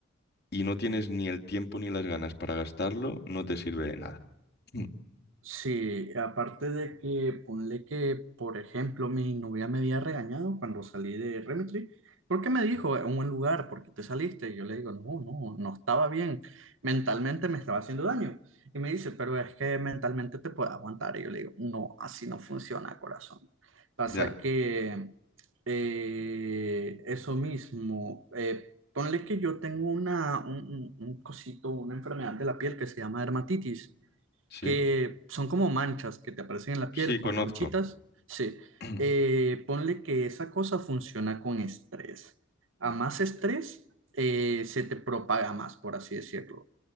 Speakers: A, on the left (about 55°); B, on the right (about 70°).
A: y no tienes ni el tiempo ni las ganas para gastarlo, no te sirve de nada. Mm, <clears throat>
B: Sí, aparte de que ponle que, por ejemplo, mi novia me había regañado cuando salí de Remitry, porque me dijo, en un lugar, porque te saliste? Y yo le digo, no, no, no estaba bien, mentalmente me estaba haciendo daño. Y me dice, pero es que mentalmente te puedes aguantar. Y yo le digo, no, así no funciona, corazón. Pasa
A: Ya,
B: que eh, eso mismo, eh, ponle que yo tengo una, un, un un cosito, una enfermedad de la piel que se llama dermatitis
A: sí,
B: que son como manchas que te aparecen en la
A: sí,
B: piel con
A: conozco.
B: ronchitas. Sí,
A: <clears throat>
B: Eh, ponle que esa cosa funciona con estrés. A más estrés, eh, se te propaga más, por así decirlo.